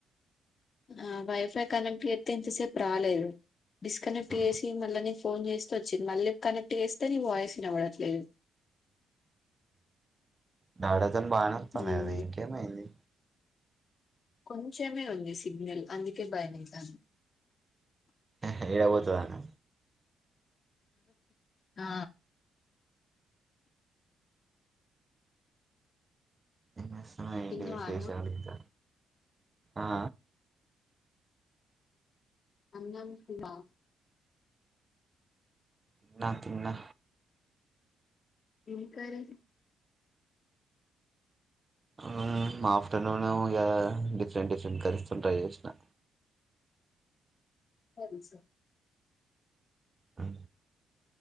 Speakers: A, on the left (about 45°); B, on the right (about 25°).
A: ఆ వైఫై కనెక్ట్ చేత్తే ఇంతసేపు రాలేదు డిస్కనెక్ట్
B: ఆ
A: చేసి మళ్ళ నీ ఫోన్ చేస్తే వచ్చింది మళ్ళీ కనెక్ట్ చేస్తే నీ వాయిస్ వినబడట్లేదు.
B: దావత్ బానే వత్తంది
A: నేను
B: గదే ఇంకేమైంది
A: కొంచమే ఉంది సిగ్నల్ అందుకే భయమైతంది.
B: ఎహే ఎడ పోతాదో అనా
A: ఆ
B: నిన్న స్లయిడ్
A: తిన్నవా
B: ఏసేశాడు
A: అన్నం
B: ఇంత ఆ
A: అన్నం ఫుల్లా
B: తిన్నా తిన్నా
A: ఏం కర్రీ
B: ఆ మా ఆఫ్టర్నోన్ ఏమో డిఫ్రెంట్ డిఫ్రెంట్ కరీస్ తింటాయి <inaudible>
A: కర్రీసా
B: హ్